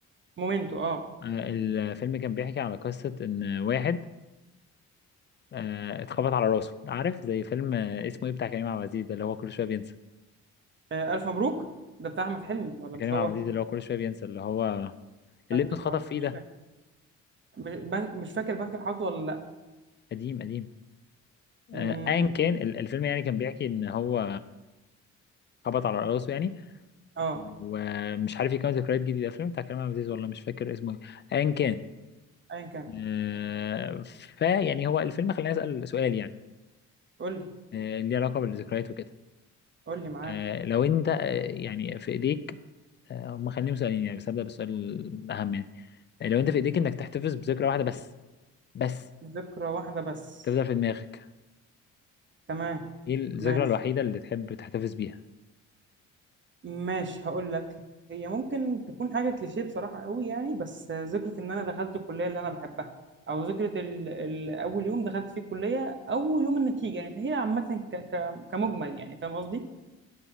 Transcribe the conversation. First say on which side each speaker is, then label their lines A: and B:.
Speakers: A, on the right; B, on the left.
A: مومنتو اه
B: آه، الفيلم كان بيحكي على قصة إن واحد آه، اتخبط على راسه عارف زي فيلم آه، اسمه إيه بتاع كريم عبد العزيز ده اللي هو كل شوية بينسى
A: آه، الف مبروك ده بتاع احمد حلمي ولا مش
B: كريم
A: هو
B: عبد العزيز اللي هو كل شوية بينسى اللي هو اللي
A: بنك
B: ابنه
A: الحظ
B: اتخطف في إيه
A: مش
B: ده
A: فاكر ب- بنك مش فاكر بنك الحظ ولا لا
B: قديم قديم
A: مم،
B: آه، أيا كان ال- الفيلم يعني كان بيحكي إن هو خبط على راسه يعني
A: اه
B: ومش عارف يكون ذكريات جديدة الفيلم بتاع كريم عبد العزيز والله مش فاكر اسمه ايه ايا كان
A: ايا كان
B: آه، فيعني هو الفيلم خلاني اسأل سؤال يعني
A: قول لي
B: آه، ليه علاقة بالذكريات وكده
A: قول لي معاك
B: آه، لو انت آه، يعني في ايديك آه، هم خليهم سؤالين يعني بس هبدأ بالسؤال الأهم يعني آه، لو انت في ايديك انك تحتفظ بذكرى واحدة بس بس
A: ذكرى واحده بس
B: تفضل في دماغك
A: تمام
B: ايه الذكرى
A: ماشي
B: الوحيدة اللي تحب تحتفظ بيها؟
A: ماشي هقول لك هي ممكن تكون حاجه كليشيه بصراحه قوي يعني بس آه، ذكرى ان انا دخلت الكليه اللي انا بحبها او ذكرى ال... ال... اول يوم دخلت فيه الكليه اول يوم النتيجه يعني هي عامه ك... ك... كمجمل يعني فاهم قصدي